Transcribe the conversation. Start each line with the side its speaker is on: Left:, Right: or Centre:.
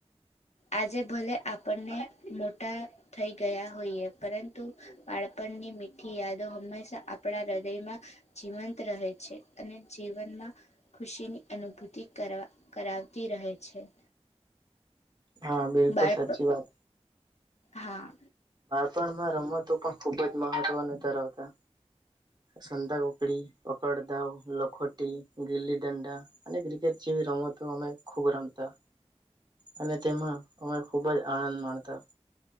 Left: આજે ભલે આપણને મોટા થઈ ગયા હોઈએ પરંતુ બાળપણની મીઠી યાદો હંમેશા આપણા હૃદયમાં જીવંત રહે છે અને જીવનમાં ખુશીની અનુભૂતિ કરવા કરાવતી રહે છે.
Right: હા બિલકુલ
Left: બાળપ
Right: સાચી વાત.
Left: હા.
Right: પણમાં રમતો પણ ખુબ જ મહત્વ ન ધરાવતા સંતા કોકડી પકડ ધાવ લખોટી ગીલી દંડા અને ક્રિકેટ જેવી રમતો અમે ખૂબ રમતા અને તેમાં અમે ખુબ જ આનંદ માણતા